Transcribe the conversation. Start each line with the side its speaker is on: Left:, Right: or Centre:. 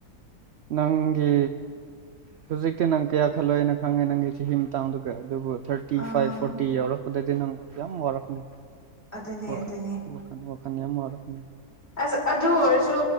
Right: ꯅꯪꯒꯤ ꯍꯧꯖꯤꯛꯇꯤ ꯅꯪ ꯀꯌꯥ ꯈꯜꯂꯣ ꯍꯥꯏꯅ ꯈꯪꯉꯦ ꯅꯪꯒꯤ ꯆꯍꯤ ꯃꯇꯥꯡꯗꯨꯒ ꯑꯗꯨꯕꯨ ꯊꯥꯔꯇꯤ
Left: ꯑꯥ
Right: ꯐꯥꯏꯚ ꯐꯣꯔꯇꯤ ꯌꯥꯎꯔꯛꯄꯗꯗꯤ ꯅꯪ ꯌꯥꯝ ꯋꯥꯔꯛꯅꯦ
Left: ꯑꯗꯨꯅꯦ
Right: ꯑ
Left: ꯑꯗꯨꯅꯦ
Right: ꯈꯅꯅꯤ ꯌꯥꯝ ꯑꯃꯨꯔꯅ
Left: ꯑꯁ ꯑꯗꯨ ꯑꯣꯏꯔꯁꯨ